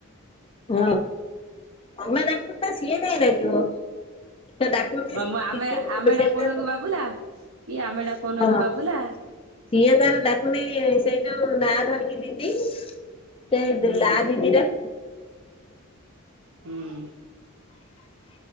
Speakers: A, on the left; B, on the right.
A: ହଁ। ତମେ ଡାକୁନ। ସିଏ କାଇଁ ଡାକିବ। ସେଟା ଡାକୁନି
B: ଆମ
A: <unintelligible>
B: ଆମେ ଆମେ
A: ସେଇଟା
B: ଡାକୁନୁ କି
A: ହଁ।
B: ବାବୁଲା। କି ଆମେ ଡାକୁନୁ
A: ସିଏଁ
B: କି ବାବୁଲା
A: ତାର ଡାକୁନେଇ ସେ ଯୋଉ ନା ଧରିକି ଦିଦି ସେ
B: ହୁଁ
A: ନା ଦିଦିଟା
B: ହୁଁ।